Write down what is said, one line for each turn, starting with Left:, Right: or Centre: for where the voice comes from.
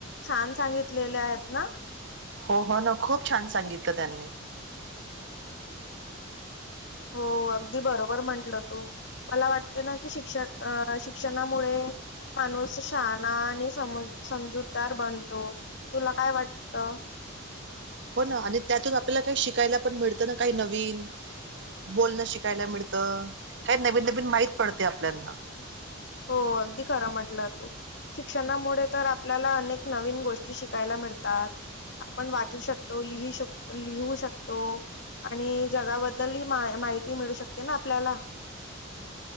Left: छान सांगितलेले आहेत ना?
Right: हो, हो न खूप छान सांगितलं त्यांनी.
Left: हो अगदी बरोबर म्हंटलं तू. मला वाटते ना की शिक्षक अ शिक्षणामुळे माणूस शहाना आणि सम समजूतदार बनतो. तुला काय वाटत?
Right: हो ना आणि त्यातून आपल्याला काही शिकायला पण मिळतं ना काही नवीन. बोलणं शिकायला मिडतं. काय नवीन नवीन माहित पडते आपल्याना.
Left: हो. अगदी खरां म्हटलं तू. शिक्षणामुडे तर आपल्याला अनेक नवीन गोष्टी शिकायला मिडतात. आपण वाचू शकतो. लिही शको लिहू शकतो. आणि जगाबद्दल ह मा माहिती मिळू शकते ना आपल्याला.